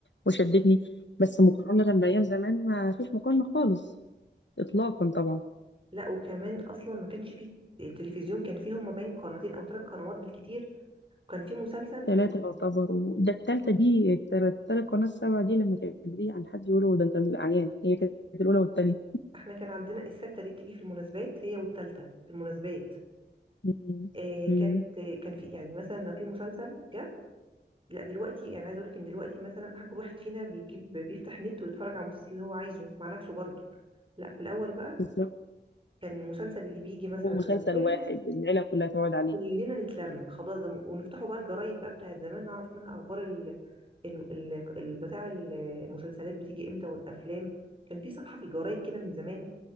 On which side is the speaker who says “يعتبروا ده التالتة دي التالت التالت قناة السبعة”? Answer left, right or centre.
Left